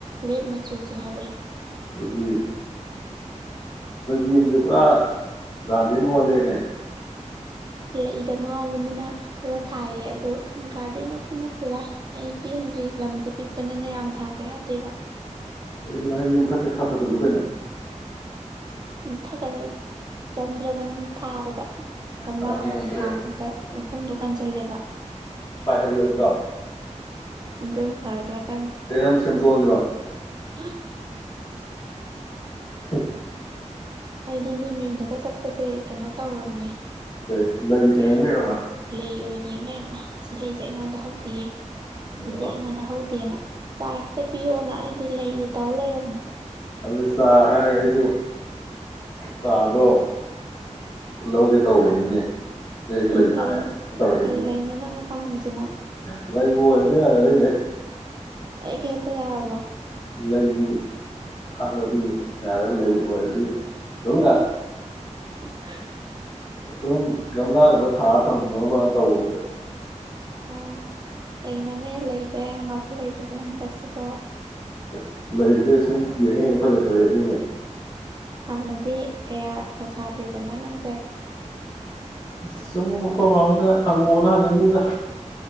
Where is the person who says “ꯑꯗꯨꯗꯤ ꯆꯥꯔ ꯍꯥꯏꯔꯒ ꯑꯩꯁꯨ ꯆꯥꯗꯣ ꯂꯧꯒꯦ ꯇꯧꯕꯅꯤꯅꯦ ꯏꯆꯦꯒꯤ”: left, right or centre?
Left